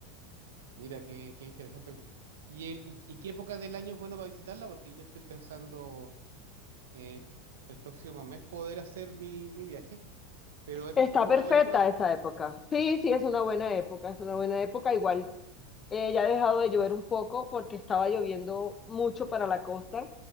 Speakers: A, on the right (about 75°); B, on the left (about 25°).
A: Mira, qué, qué interesante. ¿Y, el, y, y qué época del año es bueno para visitarla? Porque yo estoy pensando eh, el próximo mes poder hacer mi, mi viaje, pero es,
B: Está
A: es una
B: perfecta
A: buena época.
B: esa época. Sí, sí, es una buena época, es una buena época. Igual eh, ya ha dejado de llover un poco porque estaba lloviendo mucho para la costa.